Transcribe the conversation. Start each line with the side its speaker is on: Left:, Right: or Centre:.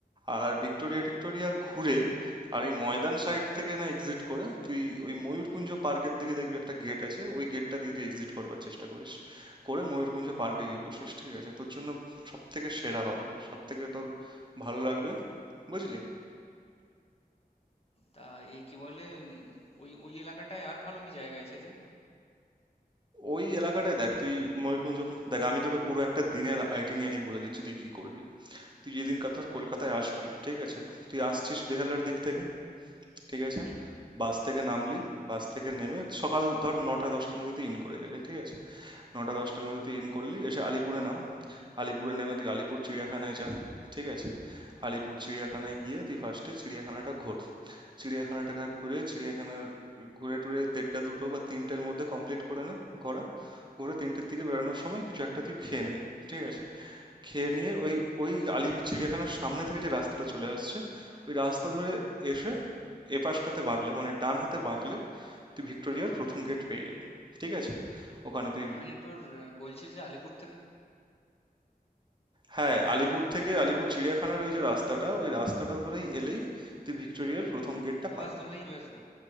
Right: আর ভিক্টোরিয়া টিক্টোরিয়া ঘুরে আর এই ময়দান সাইড থেকে না এক্সিট করে তুই ওই ময়ূরকুঞ্জ পার্কের দিকে দেখবি একটা গেট আছে ওই গেটটা দিয়ে তুই এক্সিট করবার চেষ্টা করিস করে ময়ূরকুঞ্জ পার্কে গিয়ে বসিস ঠিক আছে তোর জন্য সব থেকে সেরা হবে সব থেকে তোর ভালো লাগবে বুঝলি
Left: তা এ কি বলে উম, ওই ওই এলাকাটায় আর ভালো কি জায়গা আছে রে
Right: ওই এলাকাটায় দেখ তুই ময়ূরকুঞ্জ দেখ আমি তোকে পুরো একটা দিনের আইটিনারি বলে দিচ্ছি তুই কি করবি তুই যেদিনকার ধর কলকাতায় আসবি ঠিক আছে তুই আসছিস বেহালার দিক থেকে ঠিক আছে?
Left: হুম
Right: বাস থেকে নামলি, বাস থেকে নেমে সকাল ধর ৯টা-১০টার মধ্যে তুই ইন করে গেলি, ঠিক আছে? ৯টা-১০টার
Left: হুম হুম
Right: মধ্যে তুই ইন করলি, এসে আলিপুরে নাম। আলিপুরে নেমে তুই আলিপুর চিড়িয়াখানায় যা, ঠিক আছে? আলিপুর চিড়িয়াখানায় গিয়ে তুই ফার্স্টে চিড়িয়াখানাটা ঘোর। চিড়িয়াখানাটা না ঘুরে চিড়িয়াখানার ঘুরে টুরে দেড়টা দুটো বা তিনটের মধ্যে কমপ্লিট করে নে ঘোরা। ঘুরে তিনটের দিকে বেরোনোর সময় কিছু একটা তুই খেয়ে নে, ঠিক আছে? খেয়ে নিয়ে ওই ওই আলি চিড়িয়াখানার সামনে থেকে যে রাস্তাটা চলে আসছে ওই রাস্তা ধরে এসে এপাশটাতে বাঁকলে মানে ডান হাতে বাঁকলে তুই ভিক্টোরিয়ার প্রথম গেট পেয়ে যাবি ঠিক আছে ওখানে তুই
Left: মানে তোর আহ, বলছিস যে আলিপুর থেকে
Right: হ্যাঁ আলিপুর থেকে আলিপুর চিড়িয়াখানার ওই যে রাস্তাটা ওই রাস্তাটা ধরেই এলেই তুই ভিক্টোরিয়ার প্রথম গেটটা পাবি
Left: বাস ধরলেই চলে আসবো